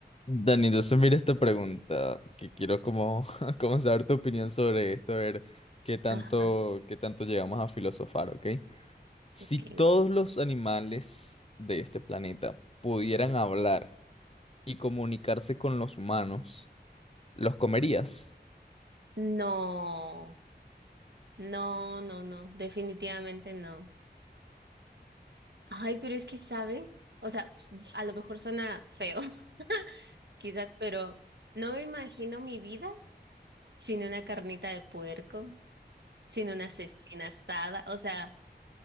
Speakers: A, on the left; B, on the right.
A: Dani, entonces mira esta pregunta, que quiero como, <laughs> como saber tu opinión sobre esto, a ver qué tanto,
B: Ajá,
A: qué tanto llegamos a filosofar, ¿ok? Si
B: ok.
A: todos los animales de este planeta pudieran hablar y comunicarse con los humanos, ¿los comerías?
B: No, no, no, no, definitivamente no. Ay, pero es que, ¿sabes? O sea, a lo mejor suena feo, <laughs> quizás, pero no me imagino mi vida sin una carnita de puerco, sin una cecina asada. O sea,